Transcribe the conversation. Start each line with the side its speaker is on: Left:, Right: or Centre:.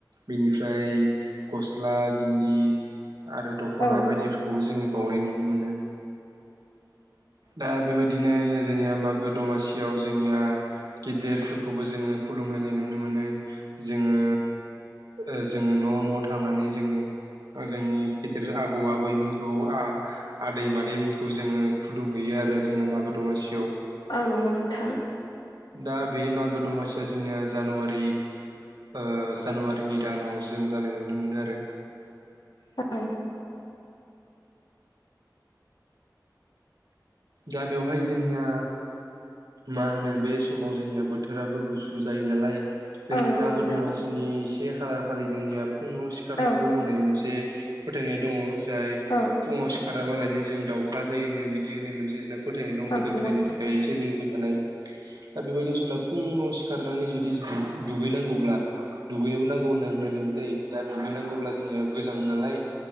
Right: बेनिफ्राय गस्ला गिन्दि आरो दख'ना
Left: औ
Right: बायदिफोरखौ खौबो जोङो बावनाय नुनो मोनो। दा बेबायदिनो जोंनिया मागो दमासियाव जोंनिया गेदेरफोरखौबो जोङो खुलुमलायनाय नुनो मोनो जोङो ओ जोङो न' न'आव थांनानै जोङो जोंनि गेदेर आबौ आबैमोनखौ आं आदै मादैमोनखौ जोङो खुलुमहैयो आरो जोङो मागो दमासियाव
Left: ओं नंगौ नोंथां
Right: दा बे मागो दमासिया जोंनिया जानुवारि ओ जानुवारिनि दानाव जों जानाय नुनो मोनो आरो
Left: औ
Right: दा बेवहाय जोंनिया मा होनो बे समाव जोंनिया बोथोराबो गुसु जायो नालाय जोंनि
Left: औ नंगौ
Right: मागो
Left: नोंथां
Right: दमासिनि से खालार खालि जोंनिया फुङाव सिखारनांगौ
Left: औ
Right: होननाय मोनसे फोथायनाय दङ जाय
Left: औ
Right: फुङाव सिखाराबालायनो जों दाावखा जायोनो बिदि होननाय मोनसे जोंना फोथायनाय दं गोदो
Left: औ नंगौ
Right: गोदायनि थाखाय सोलिबोबाय थानाय दा बेबायदियाव जोंना फुङाव सिखारनानै जुदि दुगैनांगौब्ला दुगैनोबो नांगौ होननानै बुंनाय दङ दै दा दुगैनांगौब्ला जोंनिया गोजाङ नालाय